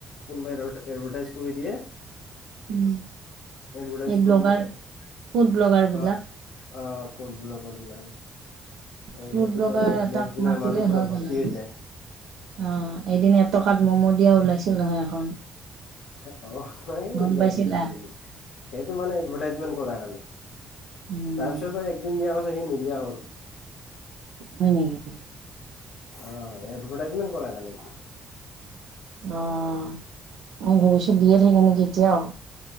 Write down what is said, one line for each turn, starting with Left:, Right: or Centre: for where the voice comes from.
Left: কোনোবাই ধৰ এডভাৰটাইজ কৰি দিয়ে।
Right: উম'।
Left: এডভাৰটাগজ
Right: এই ব্লগাৰ
Left: কৰিলে অ',
Right: ফুড ব্লগাৰ বিলাক
Left: অ'। ফুড ব্লগাৰ বিলাকে। এই
Right: ফুড
Left: সেইটোত
Right: ব্লগাৰ
Left: আৰু
Right: এটাক
Left: নেক্সট দিনা
Right: মাতিলে
Left: মানুহ পোৰা ভৰ্তি
Right: গ'ল আৰু।
Left: হৈ যায়।
Right: অ', এদিন এটকাত ম'মো দিয়া ওলাইছিল নহয় এখন
Left: অ', এইবিলাক
Right: গম পাইছিলা?
Left: মানে মিছা সেইটো মানে এডভাৰটাইজমেণ্ট কৰাৰ কাৰণে।
Right: উম
Left: তাৰপিছত পৰা একদিন দিয়াৰ পাছত সি নিদিয়া হ'ল।
Right: হয় নেকি?
Left: অ', এডভাৰটাইজমেট কৰাৰ কাৰণে এইটো।
Right: অ', আমি ভৱিষ্যত দিয়ে থাকে নেকি এতিয়াও?